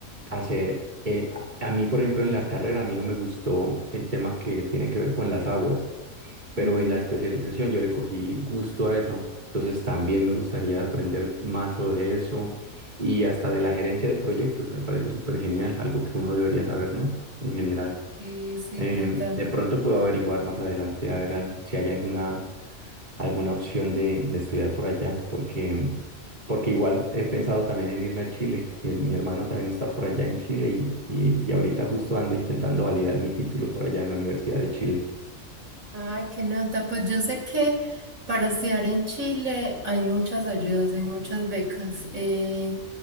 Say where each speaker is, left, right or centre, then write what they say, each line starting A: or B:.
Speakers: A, on the right; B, on the right.
A: hacer... eh, a a mí, por ejemplo, en la carrera, a mí no me gustó el tema que tiene que ver con las aguas pero
B: ujú,
A: en la especialización yo le cogí gusto a eso. Entonces también me gustaría aprender más sobre eso y hasta de la gerencia de proyectos, me parece súper genial, algo que uno debería saber, ¿no? En general.
B: Sí, sí,
A: Eh,
B: total.
A: de pronto puedo averiguar más adelante a ver al- si hay alguna, alguna opción de, de estudiar por allá, porque, porque igual he pensado también en irme a Chile. Mi, mi hermano también está por allá en Chile y, y, y ahorita justo ando intentando validar mi título por allá en la Universidad de Chile.
B: Ay, qué nota. Pues yo sé que para estudiar en Chile hay muchas ayudas, hay muchas becas, eh,